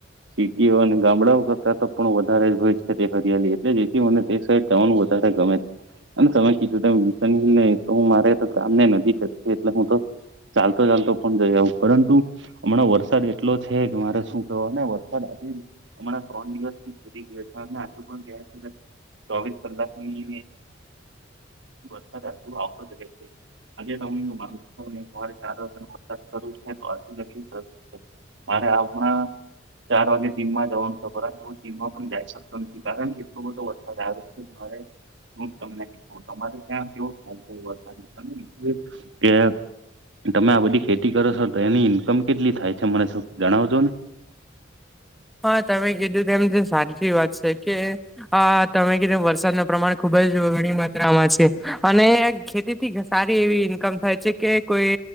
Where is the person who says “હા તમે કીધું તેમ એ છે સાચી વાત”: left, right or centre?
Centre